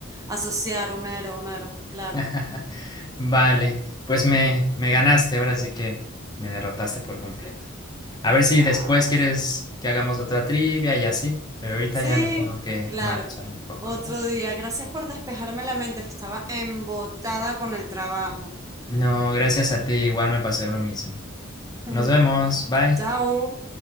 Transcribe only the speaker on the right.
asociar Homero, Homero. Claro.
Ah.
Sí,
claro.
Otro
día. Gracias por despejarme la mente. Estaba embotada con el trabajo.
<laughs>
Chao.